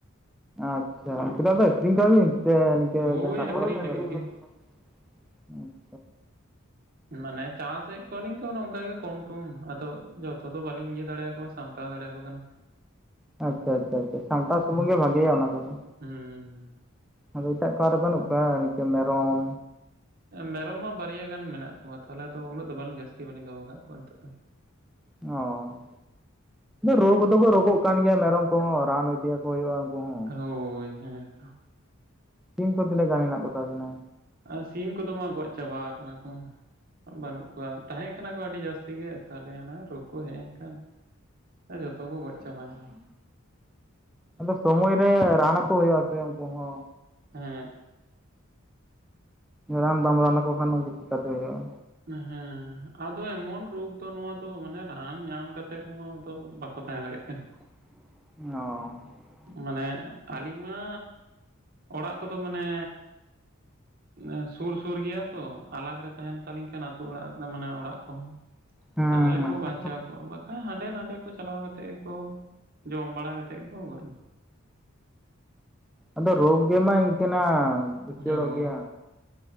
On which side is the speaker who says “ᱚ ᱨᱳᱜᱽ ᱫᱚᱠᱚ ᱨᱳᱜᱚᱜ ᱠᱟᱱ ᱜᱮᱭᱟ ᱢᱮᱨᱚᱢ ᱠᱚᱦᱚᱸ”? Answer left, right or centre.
Centre